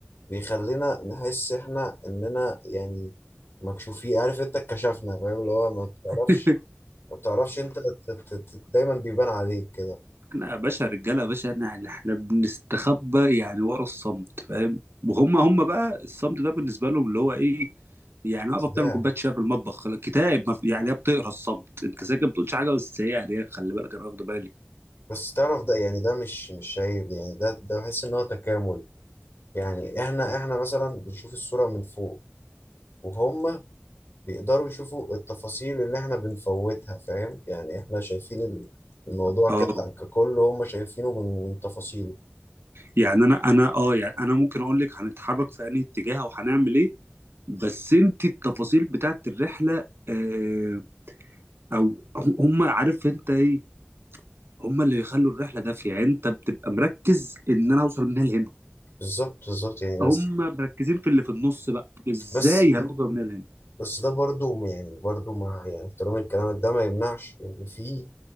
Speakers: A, on the left (about 80°); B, on the right (about 75°).
A: بيخلينا نحس إحنا إننا يعني مكشوفين عارف أنت اتكشفنا فاهم اللي هو ما بتعرفش
B: <laughs>
A: ما بتعرفش أنت ت- ت- ت- دايما بيبان عليك كده
B: احنا يا باشا رجاله يا باشا احنا يعني احنا بنستخبى يعني ورا الصمت فاهم وهم هم بقى الصمت ده بالنسبه لهم اللي هو ايه يعني واقفه
A: صداع
B: بتعمل كوبايه شاي في المطبخ خلاص، كتاب ما في- يعني هي بتقرا الصمت انت ساكت ما بتقولش حاجه بس هي يعني هي خلي بالك انا واخد بالي
A: بس تعرف ده يعني ده مش مش عيب يعني ده ده بحس إن هو تكامل يعني إحنا إحنا مثلا بنشوف الصورة من فوق وهم بيقدروا يشوفوا التفاصيل اللي احنا بنفوتها فاهم يعني احنا شايفين ال- الموضوع
B: اه
A: كده ككل هم شايفينه من من تفاصيله
B: يعني انا انا اه يعني انا ممكن اقول لك هنتحرك في انهي اتجاه او هنعمل ايه بس انت التفاصيل بتاعت الرحله آه او هم هم عارف انت ايه هم اللي بيخلوا الرحله دافيه يعني انت بتبقى مركز ان انا اوصل من هنا لهنا
A: بالظبط بالظبط يعني
B: هم
A: بس
B: مركزين في اللي في النص بقى ازاي
A: بس
B: هنوصل من هنا لهنا؟
A: بس ده برضو يعني برضو مع يعني احترام كلامك ده ما يمنعش ان يعني في